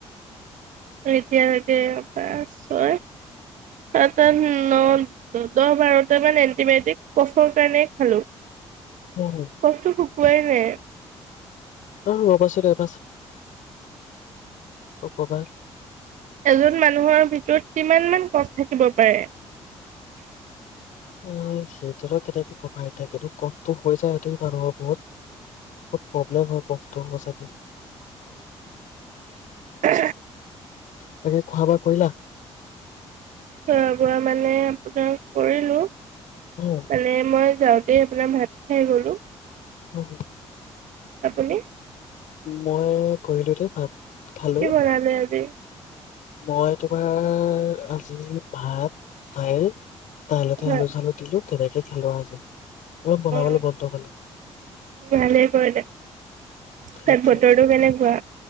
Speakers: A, on the right; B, on the left.
A: এতিয় লেকে পাঁচ, ছয়, সাত, আঠ, ন, দহ, বাৰটা মান এণ্টিবায়টিক কফৰ কাৰণেই খালো।
B: উম,
A: কফটো শুকুৱাই নাই।
B: আৰু ৰ'বাচোন এপ অকমান
A: এজন মানুহৰ ভিতৰত কিমানমান কফ থাকিব পাৰে?
B: অ' সে সেইটো কেনেকে কবা এতিয়া সেইটো কফটো হৈ যায়। সেইটো মানুহৰ বহুত বহুত প্ৰব্লেম হয় কফটো সচাকে।
A: এ
B: বাকী খোৱা বোৱা কৰিলা?
A: খোৱা বোৱা মানে কৰিলো। মানে
B: উম,
A: মই যাওঁতে আপোনাৰ ভাত খাই গলো।
B: অ'।
A: আপুনি?
B: মই কৰিলো দেই ভাত- খালো।
A: কি বনালে আজি?
B: মই তোমাৰ এ আজি ভাত দাইল দাইলতে
A: হয়
B: আলু চালো দিলো তেনেকে খালো আজি ইমান বনাবলে
A: উম
B: মন নগলে।
A: ভালেই কৰিলে। তাত
B: সেইটোৱে,
A: বতৰটো কেনেকুৱা?